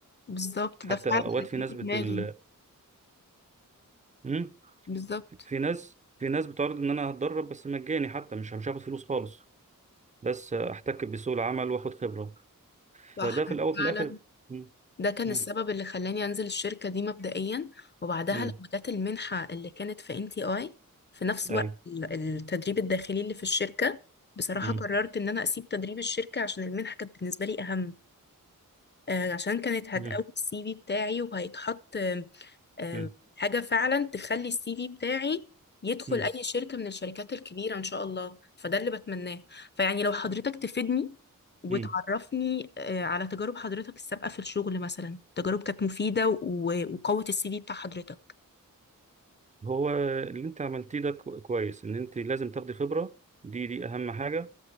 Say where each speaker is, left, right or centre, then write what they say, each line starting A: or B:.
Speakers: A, on the left (about 30°); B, on the right (about 20°).
A: بالظبط
B: حتى
A: ده فعلا
B: اوقات
A: اللي
B: في
A: كان
B: ناس
A: في
B: بت
A: دماغي
B: ال... مم؟
A: بالظبط
B: في ناس في ناس بتعرض ان انا هتدرب بس مجاني حتى مش مش هاخد فلوس خالص بس احتك بسوق العمل واخد خبرة
A: صح
B: فده في
A: أنا
B: الاول وفي
A: فعلا
B: الاخر مم،
A: ده كان
B: مم،
A: السبب اللي خلاني انزل الشركة دي مبدئيا وبعدها
B: مم،
A: لما جت المنحة اللي كانت في ان تي اي في نفس وقت
B: ايوه
A: ال- التدريب الداخلي اللي في الشركة بصراحة
B: مم،
A: قررت ان انا اسيب تدريب الشركة عشان المنحة كانت بالنسبة لي اهم آه، عشان كانت هتقوي
B: مم،
A: السي في بتاعي وهيتحط آه،
B: مم،
A: حاجة فعلا تخلي السي في بتاعي يدخل
B: مم،
A: أي شركة من الشركات الكبيرة إن شاء الله فده اللي بتمناه فيعني لو حضرتك تفيدني وتعرفني
B: مم.
A: آه، على تجارب حضرتك السابقة في الشغل مثلا تجارب كانت مفيدة و- وقوت السي في بتاع حضرتك
B: هو اللي انت عملتيه ده كو- كويس ان انت لازم تاخدي خبرة دي دي اهم حاجة